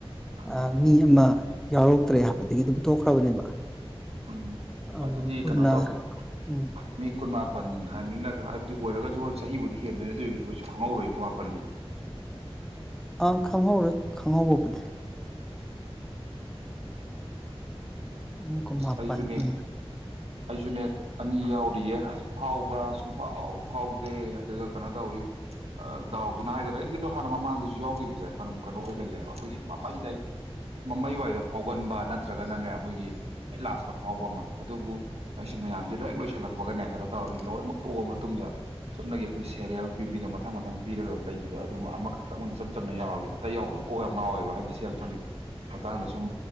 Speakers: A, on the right; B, in the centre.
A: ꯎꯝ
B: ꯑ ꯃꯤ ꯑꯃ ꯌꯥꯎꯔꯛꯇ꯭ꯔꯦ ꯍꯥꯏꯕꯗꯒꯤ ꯑꯗꯨꯝ ꯇꯣꯛꯈ꯭ꯔꯕꯅꯦꯕ
A: ꯎꯝ ꯑꯗꯨꯗꯤ
B: ꯑꯝ ꯄꯨꯟꯅ
A: ꯀꯩꯅꯣ ꯇꯧꯋꯦ
B: ꯎꯝ
A: ꯃꯤ ꯀꯨꯟꯃꯥꯄꯟ ꯍꯥꯏꯕꯅꯤꯅ ꯍꯥꯏꯕꯗꯤ ꯑꯣꯏꯔꯒꯁꯨ ꯍꯣꯏ ꯆꯍꯤꯕꯨꯗꯤ ꯍꯦꯟꯗꯣꯏꯅꯤ ꯑꯗꯨ ꯑꯣꯏꯔꯁꯨ ꯀꯩꯁꯨ ꯈꯪꯍꯧꯔꯨꯏ ꯀꯨꯟꯃꯥꯄꯟꯗꯤ
B: ꯑꯥ ꯈꯪꯍꯧꯔꯣꯏ ꯈꯪꯍꯧꯕꯕꯨꯗꯤ ꯃꯤ ꯀꯨꯟꯃꯥꯄꯟ
A: ꯑꯩꯖꯨꯅꯦ
B: ꯎꯝ
A: ꯑꯩꯖꯨꯅꯦ ꯑꯅꯤ ꯌꯥꯎꯔꯤꯌꯦ ꯑꯁ ꯐꯥꯎꯕ꯭ꯔꯥ ꯁꯨꯡꯐꯥꯎ ꯐꯥꯎꯗꯦ ꯑꯗꯨꯒ ꯀꯩꯅꯣ ꯇꯧꯋꯤ ꯑ ꯗꯥꯎꯁꯤꯅ ꯍꯥꯏꯒꯗ꯭ꯔꯥ ꯑꯩꯒꯤꯗꯣ ꯍꯥꯟꯅ ꯃꯃꯥꯡꯗꯁꯨ ꯌꯥꯎꯈꯤꯕꯁꯦ ꯀꯩꯅꯝ ꯀꯩꯅꯣ ꯑꯣꯏꯒꯜꯂꯦꯕ ꯑꯩꯈꯣꯏꯒꯤ ꯃꯃꯩꯗ ꯃꯃꯩ ꯋꯥꯏꯗ ꯐꯥꯎꯒꯟꯕ ꯅꯠꯇ꯭ꯔꯒꯅꯅꯦ ꯑꯩꯈꯣꯏꯒꯤ ꯈ꯭ꯋꯥꯏ ꯂꯥꯁꯇ ꯐꯥꯎꯕ ꯑꯃ ꯑꯗꯨꯕꯨ ꯑꯩꯁꯦ ꯃꯌꯥꯝꯁꯦ ꯗꯥꯏꯔꯦꯛ ꯂꯣꯏꯁꯤꯜꯂꯛꯄꯒꯅꯦ ꯀꯩꯅꯣ ꯇꯧꯔꯅꯤ ꯂꯣꯏꯅꯃꯛ ꯇꯣꯛꯑ ꯃꯇꯨꯡꯗ ꯆꯨꯞꯅꯒꯤ ꯑꯩꯈꯣꯏ ꯁꯦꯔꯦꯜ ꯄꯤꯕꯤꯗꯣ ꯃꯊꯪ ꯃꯊꯪ ꯄꯤꯔꯒ ꯂꯩꯕꯤꯗꯣ ꯑꯗꯨꯝ ꯑꯃꯈꯛꯇꯪ ꯑꯣꯏꯅ ꯏꯆꯝ ꯆꯝꯅ ꯌꯥꯎꯔꯒꯦ ꯑꯇꯩ ꯌꯥꯎꯕꯖꯦ ꯀꯣꯛ ꯌꯥꯝ ꯉꯥꯎꯋꯦꯕ ꯍꯥꯏꯕꯗꯤ ꯁꯦꯜ ꯊꯨꯝꯒꯤ ꯃꯇꯥꯡꯗ ꯁꯨꯝ